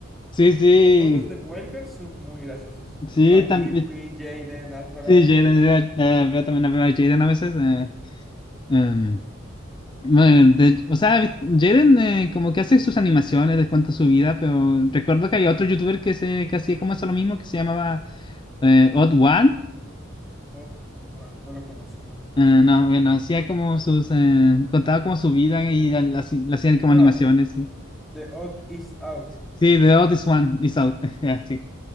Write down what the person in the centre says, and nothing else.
Todos los de Wildcard son muy graciosos.
O sea, Kiwi,
Jaden, Alfarad.
Odd One, no lo conozco.
Ah,
The Odd is Out.